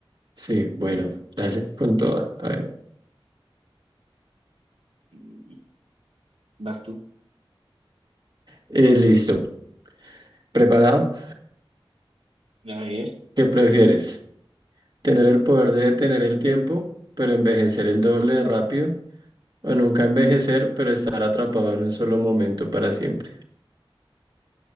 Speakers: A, on the right (about 50°); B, on the right (about 85°).
A: Sí, bueno, dale con toda. A ver.
B: Mm, Vas tú.
A: Eh, listo. ¿Preparado?
B: A ver,
A: ¿Qué prefieres? ¿Tener el poder de detener el tiempo, pero envejecer el doble de rápido? O nunca envejecer, pero estar atrapado en un solo momento para siempre.